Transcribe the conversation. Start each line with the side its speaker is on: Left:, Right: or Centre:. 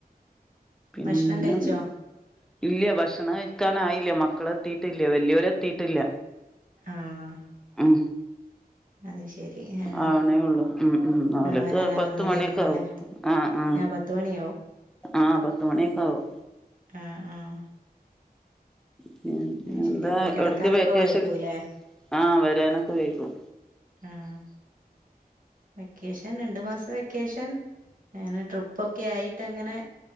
Centre: പിന്നെന്താ
Right: ഭക്ഷണം കഴിച്ചോ
Centre: ഇല്ല ഭക്ഷണം കഴിക്കാനായില്ല മക്കള് എത്തിയിട്ടില്ല വലിയവര് എത്തിയിട്ടില്ല.
Right: ആഹ്
Centre: ഉം
Right: അത് ശരി ആഹ്
Centre: ആവണേ ഉള്ളു ഉം ഉ അവരൊക്കെ
Right: ആഹ് വരാനാവുന്നതേ
Centre: പത്തുമണിയൊക്കെ
Right: ഉള്ളൂ
Centre: ആകും
Right: അല്ലേ
Centre: ആ ആ
Right: ആഹ് പത്ത് മണിയാവും
Centre: ആഹ് പത്തുമണിയൊക്കെ ആകും.
Right: ആഹ് ആഹ്
Centre: പിന്നെന്താ
Right: അത് ശരി അപ്പൊ കിടക്കാനൊക്കെ
Centre: ഒട്ക്കെ വെക്കേഷൻ
Right: വൈകൂല്ലേ
Centre: ആഹ് വരാനൊക്കെ വൈകും.
Right: ആഹ് വെക്കേഷൻ രണ്ട് മാസം വെ ക്കേഷൻ എങ്ങനെ ട്രിപ്പൊക്കെയായി ട്ടങ്ങനെ